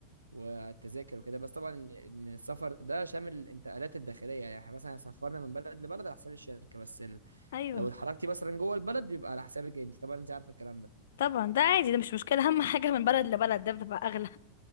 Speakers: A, on the right; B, on the left.
A: والتذاكر وكده بس طبعا ان إن السفر ده شامل الانتقالات الداخليه يعني إحنا مثلا هيسفرنا من بلد لبلد على حساب الشركه بس ال...
B: ايوه
A: لو اتحركتي مثلا جوه البلد بيبقى على حسابك انت طبعا انت عارفه الكلام ده
B: طبعا ده عادي ده مش مشكله اهم حاجه من بلد لبلد ده بتبقى اغلى